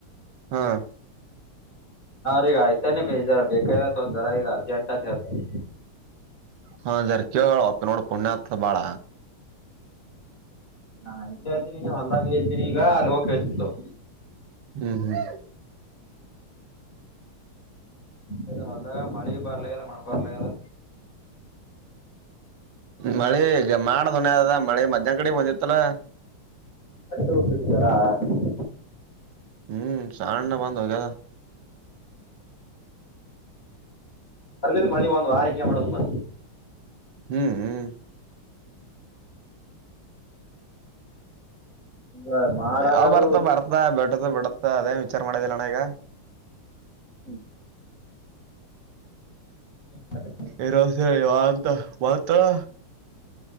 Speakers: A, on the right; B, on the left.
A: ಹಾ
B: ಹ್ರ ಈಗ ಆಯ್ತಾನೇ ಬೇಜಾರ ಬೇಕಾಯ್ತೊಂದ್ರ ಈಗ ಅರ್ಜೆಂಟ್ ಹೇಳ್ತಾರೆ
A: ಹಾ ಜರ್ ಕೇಳಪ್ಪ ನೋಡ ಪುಣ್ಯಾತ್ ಬಾಳ
B: ಹಾ ಇಲ್ಲ ಇದ್ದೀನಿ ಹೊಲದಾಗ ಇದ್ದೀನಿ ಈಗ ಅಲ್ಲಿ ಹೋಗಿ ಕೇಳತೀನಿ ತೊ
A: ಹ್ಮ್ ಹ್ಮ್
B: ಇ ಹೊಲದಾಗ ಮಳಿ ಬರ್ಲಲ್ಯಾಗದ ಮಣ್ಣ ಬರ್ಲಲ್ಯಾಗದ
A: ಮಳೆ ಈಗ ಮಾಡ ದುನಿಯಾ ಆದ ಮಳೆ ಮಧ್ಯಾಹ್ನ ಕಡೆ ಬಂದಿತ್ತಲ
B: <unintelligible>
A: ಹ್ಮ ಸಣ್ಣ ಬಂದ ಹೋಗದ
B: <unintelligible> ಮಳಿ ಒಂದ ವಾರ ಹಿಂಗೆ ಮಾಡಿದೆಪಾ
A: ಹ್ಮ್ ಹ್ಮ್
B: ಈಗ ಮಾಡಾಗದು
A: ಯಾವ ಬರ್ತ ಬರ್ತ ಬಿಡತ ಬಿಡತ ಅದೇ ವಿಚಾರ ಮಾಡಿದಿಲ್ಲಣ್ಣ ಈಗ
B: ಹ್ಮ್ ಟ್ಟತ
A: ಇರ ಹೇಳಿ ಅಂತ ವತ <inaudible>